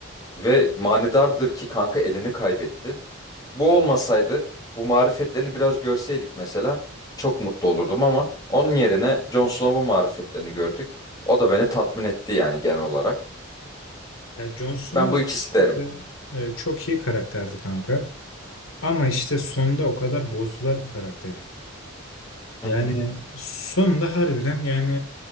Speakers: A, on the left; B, on the left.
A: ve manidardır ki kanka elini kaybetti. Bu olmasaydı, bu marifetlerini biraz görseydik mesela çok mutlu olurdum ama onun yerine Jon Snow'un marifetlerini gördük. O da beni tatmin etti yani genel olarak.
B: Ya Jon Snow
A: Ben bu
B: da
A: ikisi
B: kesinlikle
A: derim.
B: e, çok iyi karakterdi kanka. Ama işte sonda o kadar bozdular ki karakteri.
A: Hı
B: Yani
A: hı.
B: sonda harbiden yani